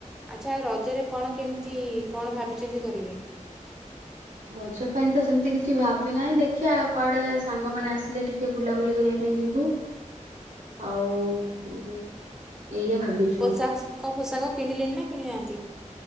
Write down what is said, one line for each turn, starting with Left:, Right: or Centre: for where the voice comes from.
Centre: ଆଚ୍ଛା, ରଜରେ କଣ କେମିତି କଣ ଭାବିଛନ୍ତି କରିବେ?
Right: ରଜ ପାଇଁ ତ ସେମତି କିଛି ଭାବି ନାହିଁ ଦେଖିଆ କୁଆଡେ ସାଙ୍ଗମାନେ ଆସିଲେ ଟିକ କେ ବୁଲାବୁଲି କରିବା ପାଇଁ ଯିବୁ। ଆଉ ଉଁ, ଏଇଆ ଭାବିଛୁ
Centre: ପୋଷା କ ପୋଷାକ କିଣିଲେଣି ନା କିଣିନାହାନ୍ତି?